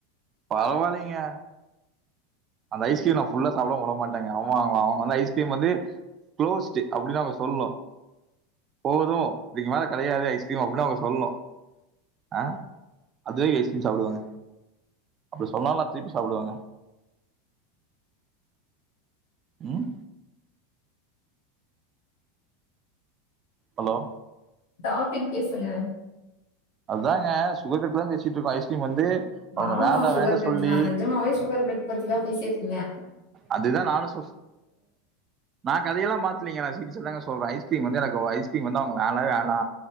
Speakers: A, on the right; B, on the left.
A: பரவாயில்லேங்க அந்த ஐஸ்கிரீம் நா ஃபுல்லா சாப்புடமா வுடமாட்டங்க அவே அவுங்க அவுங்க வந்து ஐஸ்கிரீம் வந்து க்ளோஸ்ட்டு அப்டி தா அங்க சொல்லு போது இதுக்கு மேலே கெடையாது ஐஸ்கிரீம் அப்புல்லா அவுங்க சொல்ணு அ அஞ்சு ரூவாய்கு ஐஸ்கிரீம் சாப்புடுவாங்க அப்டி சொன்னாலு நா திருப்பி சாப்புடுவங்க ம் ஹலோ
B: டாபிக் பேசுங்க
A: அதாங்க சுகர் பத்தி தா பேசிட்ருக்கோ ஐஸ்கிரீம் வந்து அவங்க
B: ஆமா
A: வேண்டாம்
B: சுகர்
A: வேண்டாம்
B: கட்
A: சொல்லி
B: தா நெஜமாவே சுகர் கட் பத்திதா பேசிட்ருந்தே
A: அதேதா நானு சொ நா கதையல்லா மாத்துலிங்க நா சீரீசா தாங்க சொல்றே ஐஸ்கிரீம் வந்து எனக்கு ஒ ஐஸ்கிரீம் வந்து அவுங்க வேணவே வேணா